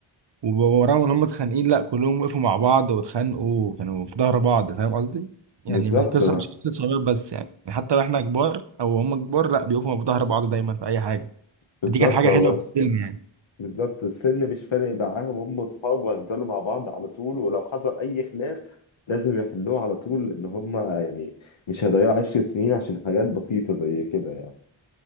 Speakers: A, on the right; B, on the left.
A: وب- ورغم ان هم اتخانقين لا كلهم وقفوا مع بعض واتخانقوا وكانوا في ظهر بعض فاهم قصدي؟ يعني
B: بالظبط
A: مش القصه مش قصه صغير بس يعني حتى واحنا كبار او هم كبار لا بيقفوا في ظهر بعض دايما في اي حاجه
B: بالظبط
A: دي كانت حاجه
B: هو
A: حلوه في
B: بس
A: الفيلم يعني
B: بالظبط السن مش فارق معاهم هم اصحاب وهيفضلوا مع بعض على طول ولو حصل اي خلاف لازم يحلوه على طول ان هم يعني مش هيضيعوا عشر سنين عشان حاجات بسيطة زي كده يعني